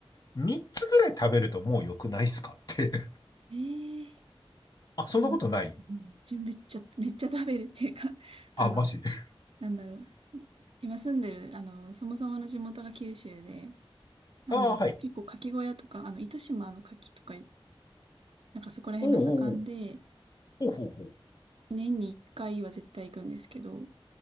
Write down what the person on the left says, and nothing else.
3つぐらい食べるともう良くないっすかって。<laughs>
あ、そんなことない
あ、
マジで。<laughs>
ああ、はい。
おうおうおう。おうほうほう。